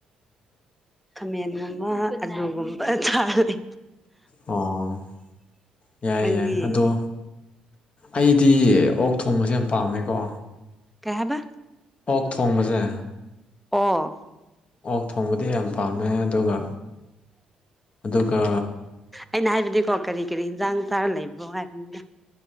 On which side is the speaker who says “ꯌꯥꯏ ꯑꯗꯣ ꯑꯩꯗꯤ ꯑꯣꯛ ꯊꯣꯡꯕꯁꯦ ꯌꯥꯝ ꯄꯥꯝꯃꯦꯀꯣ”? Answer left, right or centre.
Left